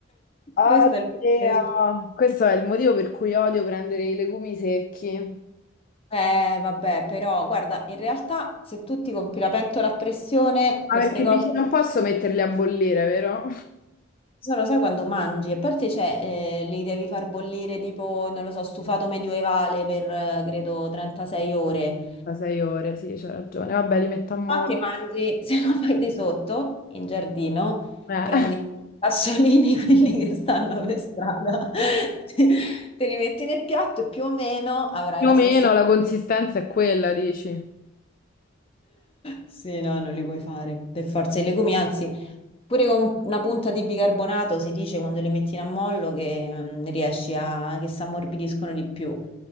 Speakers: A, on the left; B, on the left.
A: Oddio.
B: Questa è la risposta.
A: Questo è il motivo per cui odio prendere i legumi secchi.
B: Eh, vabbè, però guarda, in realtà se tu ti compri la pentola a pressione,
A: Ma
B: queste
A: perché
B: cose
A: Dici, dici non posso metterli a bollire, vero?
B: Solo sai quando mangi, a parte cioè, eh, li devi far bollire tipo, non lo so, stufato medievale per eh, credo 36 ore.
A: Da sei ore, sì, c'ha ragione. Vabbè, li metto a mollo.
B: No, ti mangi, <laughs> se no fai di sotto in giardino,
A: Eh,
B: prendi
A: <laughs>
B: i sassolini, <laughs> quelli che stanno per strada, <laughs> te li metti nel piatto e più o meno avrai
A: Più
B: la
A: o
B: stessa.
A: meno la consistenza è quella, dici?
B: Sì, no, non li puoi fare. Per forza i legumi, anzi, pure con una punta di bicarbonato si dice quando li metti in ammollo che mm, riesci a... che si ammorbidiscono di più.